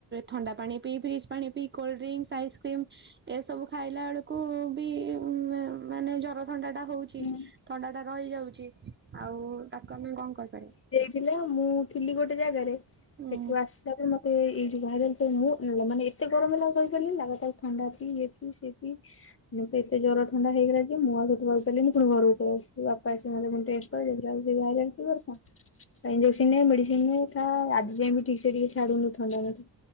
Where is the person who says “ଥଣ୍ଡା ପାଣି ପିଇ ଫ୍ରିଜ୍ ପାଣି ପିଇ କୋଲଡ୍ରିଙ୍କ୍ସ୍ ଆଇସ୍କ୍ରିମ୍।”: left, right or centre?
Right